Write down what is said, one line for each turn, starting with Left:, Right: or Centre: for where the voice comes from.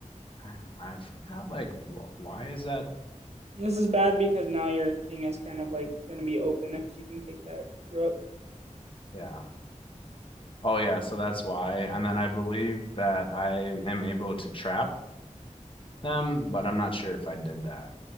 Left: I I forgot, like, wh- why is that?
Right: This is bad because now your king is kind of like gonna be open if she can take that rook.
Left: Yeah. Oh, yeah. So that's why. And then I believe that I am able to trap. them, but I'm not sure if I did that.